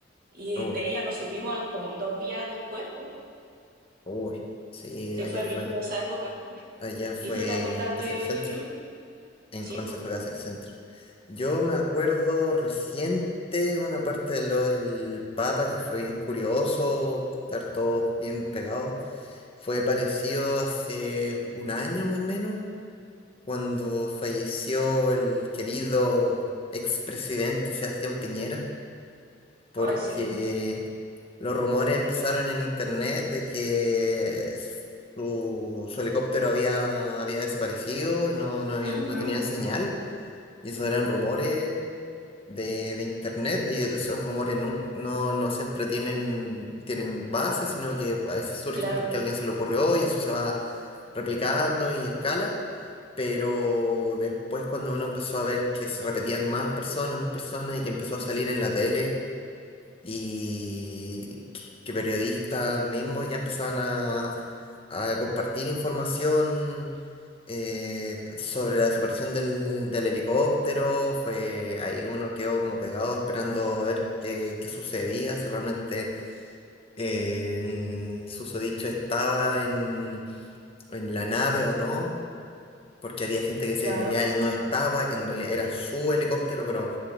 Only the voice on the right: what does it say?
y
de ella nos supimos como un dos días después, pues.
Sí,
fue brígida
esa época.
¿Y tú te acuerdas
de...?
¿Mm?
Sí,
pues.
Ay, sí.
Ujú.
Claro,
claro,